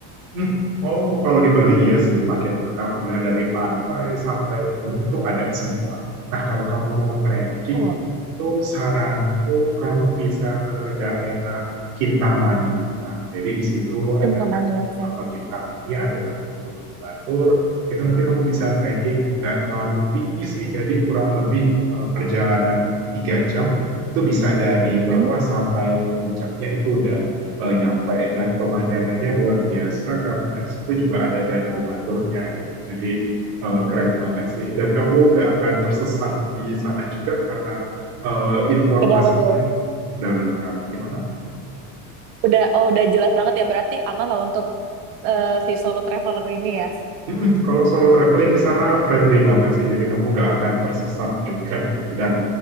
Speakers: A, on the right; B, on the right.
A: Hmm. Oh, kalau di Bali iya sih, paket lengkap mulai dari pantai sampai gunung itu ada semua. Nah, kalau kamu mau trekking
B: oh
A: itu saranku kamu bisa ke daerah Kintamani. Nah, jadi di situ
B: Cengkamannya,
A: ada na-
B: oke.
A: eh, Kintamani, ada namanya Gunung Batur. Itu nanti kamu bisa trekking, nggak terlalu tinggi sih, jadi kurang lebih eh, perjalanan tiga jam itu bisa dari
B: Mhm.
A: bawah sampai ke puncaknya itu udah eh, nyampe dan pemandangannya luar biasa karena di situ juga ada danau baturnya gitu. Jadi eh, keren banget sih. Dan kamu nggak akan tersesat di sana juga karena eh, informasinya
B: Kenapa tuh?
A: udah lengkap. Gimana?
B: Udah, oh udah jelas banget ya berarti aman lah untuk eh, si solo traveler ini ya.
A: Mm, kalau solo traveling di sana friendly banget sih. Jadi kamu nggak akan tersesat juga gitu dan